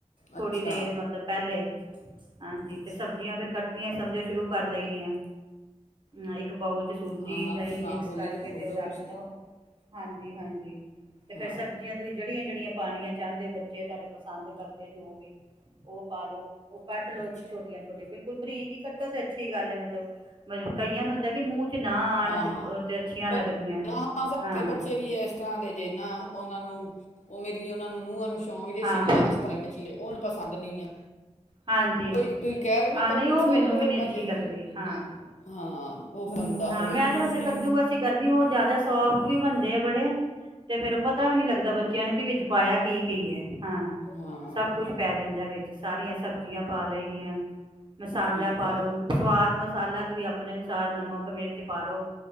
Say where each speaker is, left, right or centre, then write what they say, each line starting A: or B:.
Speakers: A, on the right; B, on the left.
A: ਥੋੜ੍ਹੀ
B: ਅੱਛਾ,
A: ਦੇਰ ਮਤਲਬ ਪਹਿਲੇ ਹਾਂਜੀ
B: ਅੱਛਾ
A: ਤੇ ਸਬਜ਼ੀਆਂ ਫੇਰ ਕੱਟਣੀਆਂ ਸਮਝੋ ਸ਼ੁਰੂ ਕਰ ਲਈ ਦੀਆਂ। ਹ ਇੱਕ ਬਾਊਲ ਚ ਸੂਜੀ
B: ਹਾਂ, ਹਾਂ
A: ਦਹੀਂ
B: ਸੁਣਾ
A: ਮਿਕਸ
B: ਬੋਲੀ
A: ਕਰਕੇ
B: ਜੋ ਬੋਲੋ
A: ਤੇ ਉਹ ਰੱਖ
B: ਤੁਸੀਂ
A: ਦਓ ਹਾਂਜੀ ਹਾਂਜੀ। ਤੇ ਫੇਰ
B: ਹਾਂ
A: ਸਬਜ਼ੀਆਂ ਤੁਸੀਂ ਜਿਹੜੀਆਂ-ਜਿਹੜੀਆਂ ਪਾਣੀਆਂ ਚਾਹੁੰਦੇ ਹੋ ਬੱਚੇ ਤੁਹਾਡੇ ਪਸੰਦ ਕਰਦੇ ਜੋ ਵੀ ਉਹ ਉਬਾਲੋ ਉਹ ਕੱਟ ਲੋ
B: ਅੱਛਾ
A: ਛੋਟੀਆਂ-ਛੋਟੀਆਂ ਬਿਲਕੁਲ ਬਰੀਕ ਹੀ ਕੱਟੋ ਤੇ ਅੱਛੀ ਗੱਲ ਏ ਮਤਲਬ ਕਈਆਂ ਨੂੰ ਹੁੰਦਾ ਕਿ ਮੂੰਹ ਚ ਨਾ ਆਉਣ
B: ਹਾਂ
A: ਤੇ
B: ਹਾਂ
A: ਤੇ ਅੱਛੀਆਂ
B: ਬ
A: ਲੱਗਦੀਆਂ
B: ਸਾਡੇ
A: ਹਾਂ
B: ਬੱਚੇ ਵੀ ਇਸ ਤਰ੍ਹਾਂ ਦੇ ਜੇ ਨਾ ਉਹਨਾਂ ਨੂੰ ਉਹ ਮੇਰੀ ਉਹਨਾਂ ਨੂੰ ਨੂੰਹਾਂ ਨੂੰ ਸ਼ੌਕ ਜੇ
A: ਹਾਂ
B: ਸ਼ਿਮਲਾ ਚ <unintelligible> ਹੁਣ ਪਸੰਦ ਨਹੀਂ ਆ
A: ਹਾਂਜੀ
B: ਤੁਈ ਤੁਸੀਂ ਕਹਿ ਰਹੇ ਨਾ
A: ਹਾਂ
B: ਕੱਦੂ
A: ਨਹੀਂ ਉਹ
B: ਕਰਲੋ
A: ਮੈਨੂੰ
B: ਤੇ ਫੇਰ
A: ਵੀ ਨੀ
B: ਬਣਾਈ
A: ਅੱਛੀ
B: ਏ
A: ਲੱਗਦੀ ਹਾਂ
B: ਹਾਂ ਉਹ ਬੰਦਾ
A: ਹਾਂ
B: ਉਹ
A: ਮੈਂ
B: ਜੇ
A: ਤੇ ਵੈਸੇ
B: ਸਹੀ
A: ਕੱਦੂ ਵੈਸੇ ਕਰਦੀ ਹਾਂ ਉਹ ਜ਼ਿਆਦਾ ਸੋਫ ਟ ਵੀ ਬਣਦੇ ਆ ਬੜੇ ਤੇ ਫੇਰ ਉਹ ਪਤਾ ਵੀ ਨੀ ਲੱਗਦਾ ਬੱਚਿਆਂ ਨੂੰ ਕਿ ਵਿ ਚ ਪਾਇਆ ਕੀ ਕੀ ਏ ਹਾਂ
B: ਹਾਂ ਹਾਂ,
A: ਸਭ ਕੁਛ ਪੈ ਜਾਂਦਾ ਵਿੱਚ ਸਾਰੀਆਂ ਸਬਜ਼ੀਆਂ ਪਾ ਲਈ ਦੀਆਂ ਮਸਾਲਾ
B: ਠੀਕ
A: ਪਾਲੋ
B: ਹੈ
A: ਸਵਾਦ ਮਸਾਲਾ ਤੁਸੀਂ ਆਪਣੇ ਅਨੁਸਾਰ ਨਮਕ ਮਿਰਚ ਪਾਲੋ